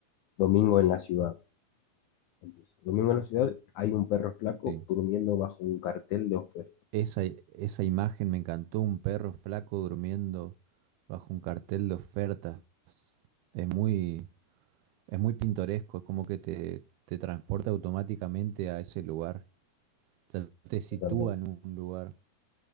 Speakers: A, on the left; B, on the right.
A: Domingo en la ciudad. Empieza. Domingo en la ciudad hay un perro flaco
B: Sí.
A: durmiendo bajo un cartel de ofertas.
B: Esa, esa imagen me encantó, un perro flaco durmiendo bajo un cartel de ofertas. Es muy, es muy pintoresco, es como que te, te transporta automáticamente a ese lugar. Ya te sitúa
A: Totalmente.
B: en un lugar.